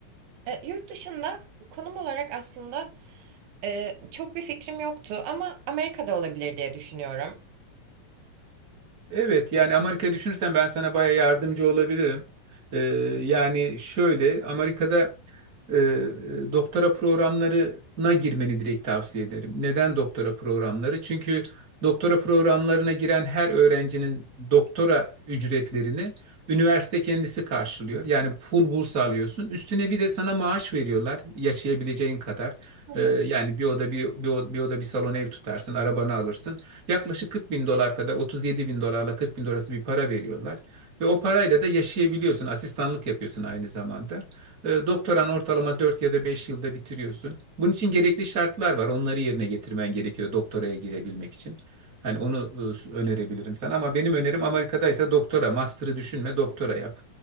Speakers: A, on the right (about 80°); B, on the right (about 25°).
A: Ee, Yurt dışında konum olarak aslında Ee, çok bir fikrim yoktu ama Amerika'da olabilir diye düşünüyorum.
B: Evet yani Amerika düşünürsen ben sana baya yardımcı olabilirim. Ee, yani şöyle Amerika'da e, e, doktora programlarına girmeni direkt tavsiye ederim. Neden doktora programları? Çünkü doktora programlarına giren her öğrencinin doktora ücretlerini üniversite kendisi karşılıyor. Yani full burs alıyorsun. Üstüne bir de sana maaş veriyorlar yaşayabileceğin kadar.
A: Hı hı.
B: Ee, yani bir oda bir, bir, o- bir oda bir salon ev tutarsın, arabanı alırsın. Yaklaşık 40 bin dolar kadar 37 bin dolarla 40 bin dolar arası bir para veriyorlar. Ve o parayla da yaşayabiliyorsun. Asistanlık yapıyorsun aynı zamanda. E, doktoran ortalama 4 ya da 5 yılda bitiriyorsun. Bunun için gerekli şartlar var. Onları yerine getirmen gerekiyor doktoraya girebilmek için. Hani onu e, önerebilirim sana ama benim önerim Amerika'daysa doktora, master'ı düşünme, doktora yap.